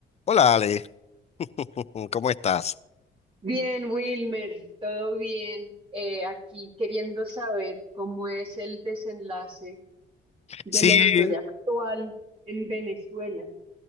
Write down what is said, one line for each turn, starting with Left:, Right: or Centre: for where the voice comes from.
Left: Hola Ale, <laughs> ¿cómo estás?
Right: Bien, Wilmer, todo bien. Eh, aquí queriendo saber cómo es el desenlace de
Left: Sí,
Right: la historia actual en Venezuela.